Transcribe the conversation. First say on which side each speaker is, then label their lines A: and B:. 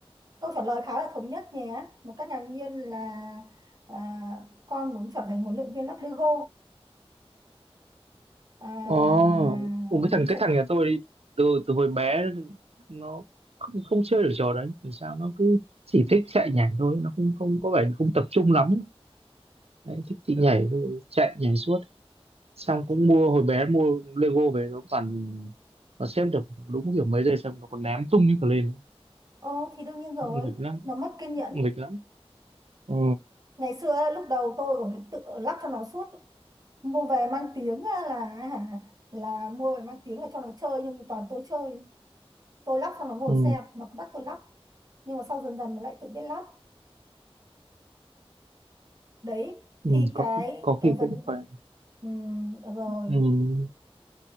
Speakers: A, on the right (about 40°); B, on the right (about 75°).
A: Câu trả lời khá là thống nhất nhé. Một cách ngạc nhiên là à, con muốn trở thành huấn luyện viên lắp Lego. À,
B: ồ Ủa, cái
A: muốn
B: thằng
A: trở
B: cái thằng nhà tôi đi từ từ hồi bé nó không, không chơi được trò đấy làm sao nó cứ chỉ thích chạy nhảy thôi nó không không có vẻ không tập trung lắm đấy, thích thì nhảy thôi chạy nhảy suốt xong
A: chị.
B: cũng mua hồi bé mua Lego về nó toàn nó xếp được đúng kiểu mấy giây xong nó còn ném tung như cả lên
A: Ồ thì đương nhiên rồi,
B: nghịch lắm
A: mà mất kiên nhẫn.
B: nghịch lắm ừ
A: Ngày xưa lúc đầu tôi còn tự lắp cho nó suốt, mua về mang tiếng á là hả, là mua về mang tiếng là cho nó chơi nhưng mà toàn tôi chơi. Tôi lắp xong nó ngồi
B: ừ
A: xem, nó cứ bắt tôi lắp. Nhưng mà sau dần dần nó lại tự biết lắp. Đấy,
B: ừ
A: thì
B: có
A: cái
B: có
A: cái
B: khi
A: vấn
B: cũng phải
A: Ừm, được rồi
B: ừ